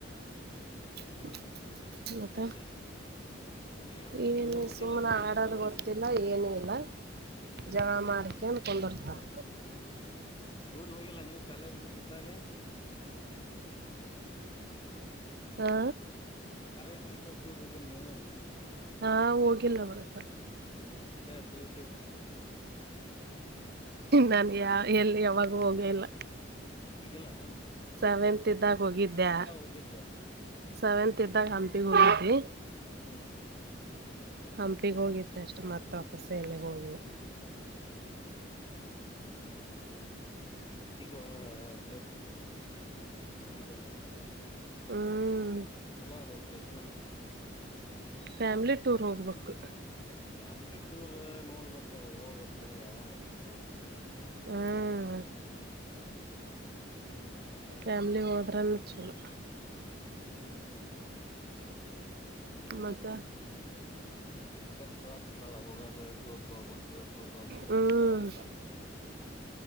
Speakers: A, on the right; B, on the left.
A: <unintelligible> <inaudible> ಮತ್ತ.
B: ಮತ್ತೆ ಹೇಳ್ಬಕ್
A: ಏನ
B: ನೀವು ಹೋಗಿಲ್ಲಾನ
A: ಸುಮ್ನೆ
B: ಎಲ್ಲಿ
A: ಆಡೋದ್
B: ಟೂರಿಗೆ
A: ಗೊತ್ತಿಲ್ಲ ಏನ <unintelligible>
B: ಹ್ಮ್
A: ಜವಾ ಮಾರಕಂಡು <unintelligible> <unintelligible>
B: ಹ್ಮ್ ಟೂರ್ಗ್ ಹೋಗಲ್ಲ ನೀವು ಕಾಲೇಜಿನಾಗ ಇದ್ದಾಗ.
A: ಹಾ
B: ಕಾಲೇಜ್ನಾಗ ಇದ್ದಾಗ ಟೂರ್ ಹೋಗಿಿಲ್ಲ ನೀವು
A: ಹಾ ಹೋಗಿಲ್ಲ ಮರಪ್ಪ
B: ಹ್ಮ್ ಇಲ್ಲೇ ಪ್ಯೂಸ್
A: ನಾನ ಯ ಎಲ್ಲಿ ಯಾವಾಗೂ ಹೋಗ ಇಲ್ಲ
B: ಹೋಗಿಲ್ಲೇನ.
A: ಸೆವೆಂತ್ ಇದ್ದಾಗ ಹೋಗಿದ್ದೆ
B: ಹೋಗಿದ್ದೆ
A: ಸೆವೆಂತ್ ಇದ್ದಾಗ ಹಂಪಿಿಗೆ ಹೋಗಿದಿ
B: ಹ್ಮ್
A: ಹಂಪಿಿಗೆ ಹೋಗಿದ್ದ ಅಷ್ಟ. ಅ ಮತ್ತ ಅಪ
B: ಹ್ಮ್
A: ಸ ಎಲೆ
B: ಹ್ಮ್
A: ಹೋಗ್ಿಲ್ಲ
B: ಹ್ಮ್ ಈಗ ಹ ಅಂದ್ರ
A: ಹ್ಮ್
B: ಚಲೋ ಅದ ಪ್ಲೇಸ್ಮೆಂಟ್ ಈಗ
A: ಫ್ಯಾಮಿಲಿ ಟೂರ್ ಹೋಗ್ಬೇಕು.
B: ಫ್ಯಾಮಿಲಿ ಟೂರ್ ನೋಡ್ಬೇಕ್ ಹೋಗ್ಬೇಕು ಯಾವಾಗ ಆತವ ಏನ್ ನೋಡ್ಬೇಕು.
A: ಹ್ಮ್ ಫ್ಯಾಮಿಲಿ ಹೋದ್ರೆನ್ನ ಚಲೋ ಮತ್ತ
B: ಕ್ಷತ್ ಹೇಳಕತಾಳ ಹೋಗದು ಟೂರ್ಗ ಹೋಗಬಕು ಟೂರ್ಗ ಹೋಗ್ಬತ್ನ್
A: ಹ್ಮ್
B: ಅಂತ